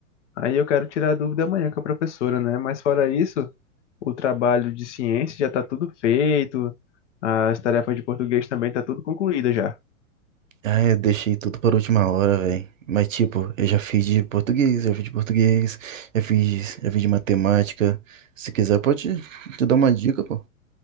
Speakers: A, on the left (about 55°); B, on the right (about 65°).
A: Aí eu quero tirar a dúvida amanhã com a professora, né? Mas fora isso, o trabalho de ciência já tá tudo feito, as tarefas de português também tá tudo concluída já.
B: Ah, eu deixei tudo para a última hora, velho. Mas tipo, eu já fiz de português, já fiz de português, já fiz, já fiz de matemática. Se quiser, pode te dar uma dica, pô.